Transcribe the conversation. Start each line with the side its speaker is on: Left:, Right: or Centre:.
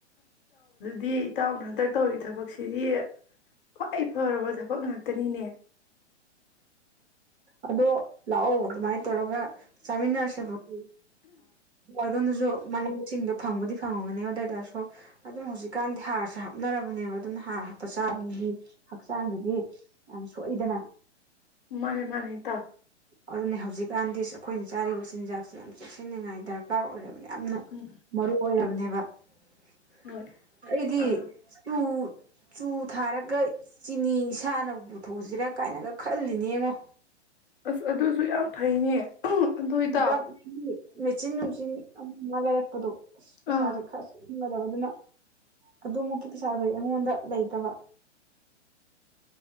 Left: ꯗꯤ ꯏꯇꯥꯎꯅ ꯍꯟꯗꯛ ꯇꯧꯔꯤ ꯊꯕꯛꯁꯤꯗꯤ ꯈ꯭ꯋꯥꯏ ꯐꯔꯕ ꯊꯕꯛ ꯉꯥꯛꯇꯅꯤꯅꯦ
Right: ꯑꯗꯣ ꯂꯥꯛꯑꯣ ꯑꯗꯨꯃꯥꯏꯅ ꯇꯧꯔꯒ ꯆꯥꯃꯤꯟꯅꯔꯁꯦꯕꯀꯣ ꯑꯗꯣꯝꯗꯁꯨ ꯃꯅꯥꯃꯁꯤꯡꯗꯣ ꯐꯪꯕꯨꯗꯤ ꯐꯪꯉꯝꯒꯅꯤ ꯑꯗꯨꯑꯣꯏꯇꯥꯁꯨ ꯑꯗꯣ ꯍꯧꯖꯤꯛꯀꯥꯟꯗꯤ ꯍꯥꯔꯁꯦ ꯍꯥꯞꯅꯔꯕꯅꯦꯕ ꯑꯗꯨꯅ ꯍꯥꯔ ꯍꯥꯞꯄ ꯆꯥꯕꯗꯨꯗꯤ ꯍꯛꯆꯥꯡꯗꯗꯤ ꯌꯥꯝ ꯁꯣꯛꯏꯗꯅ
Left: ꯃꯅꯦ ꯃꯥꯅꯦ ꯏꯇ
Right: ꯑꯗꯨꯅꯦ ꯍꯧꯖꯤꯛꯀꯥꯟꯗꯤ ꯑꯩꯈꯣꯏꯅ ꯆꯥꯔꯤꯕꯁꯤ ꯆꯤꯟꯖꯥꯛꯁꯤ ꯌꯥꯝ ꯆꯦꯛꯁꯤꯟꯅꯤꯡꯉꯥꯏ ꯗꯔꯀꯥꯔ ꯑꯣꯏꯔꯕꯅꯦ ꯌꯥꯝꯅ
Left: ꯎꯝ
Right: ꯃꯔꯨ ꯑꯣꯏꯔꯕꯅꯦꯕ ꯍ
Left: ꯍꯣꯏ
Right: ꯑꯩꯗꯤ
Left: ꯑꯥ
Right: ꯆꯨ ꯆꯨ ꯊꯥꯔꯒ ꯆꯤꯅꯤ ꯏꯁꯥꯅ ꯄꯨꯊꯣꯛꯑꯁꯤꯔꯥ ꯀꯥꯏꯅꯒ ꯈꯜꯂꯤꯅꯦ ꯉꯣ
Left: ꯑꯁ ꯑꯗꯨꯁꯨ ꯌꯥꯝ ꯐꯩꯅꯦ ꯑꯗꯣ ꯏꯇꯥꯎ
Right: ꯅꯍꯥꯛꯒꯤ ꯃꯦꯆꯤꯟ ꯅꯨꯡꯖꯤꯟ ꯑꯃ ꯂꯩꯔ ꯀꯗꯧ ꯑꯁ ꯄꯩꯁꯥ
Left: ꯑꯥ
Right: ꯁꯦ ꯈ꯭ꯔꯁ ꯆꯡꯒꯗꯕꯗꯨꯅ ꯑꯗꯨꯃꯨꯛꯀꯤ ꯄꯩꯁꯥꯗꯨꯗꯤ ꯑꯩꯉꯣꯟꯗ ꯂꯩꯇꯕ